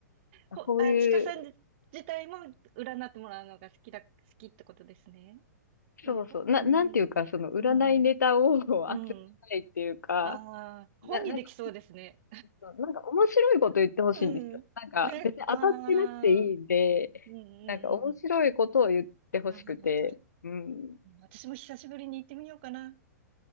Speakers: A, on the left; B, on the right.
A: あこういう、
B: ほ、あ、ちかさん自体も占ってもらうのが好きだ、好きってことですね。そういうことうん。
A: そうそう、な、なんていうか、その、占いネタを
B: うん。
A: <laughs> 集めたいっていうか、
B: うん。ああ、本にできそうですね。
A: な、なんか、そうなんか面白いこと言ってほしいんですよ。
B: <laughs> うん。
A: なんか、
B: ね。
A: 別に当たってなくていいんで、
B: ああ。うんう
A: なんか面白いことを言ってほしくて、
B: んうん。ああ、わかる。
A: うん。
B: うん私も久しぶりに行ってみようかな。